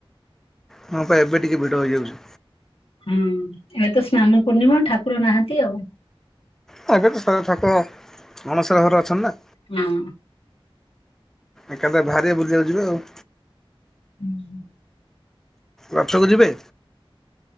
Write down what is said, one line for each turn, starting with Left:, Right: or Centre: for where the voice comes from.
Centre: ହଁ ବା ଏବେ ଟିକେ ଭିଡ ହେଇଯାଉଛି।
Left: ହଁ ଏବେ ତ ସ୍ନାନ ପୂର୍ଣ୍ଣିମା ଠାକୁର ନାହାନ୍ତି ଆଉ।
Centre: ହଁ ଏବେ ତ ଠାକୁର ଅଣସର ଘରେ ଅଛନ୍ତି ନା।
Left: ହଁ।
Centre: ଏକାଥରେ ଭାରିବେ ବୁଲିବାକୁ ଯିବେ ଆଉ।
Left: ହୁଁ।
Centre: ରଥକୁ ଯିବେ?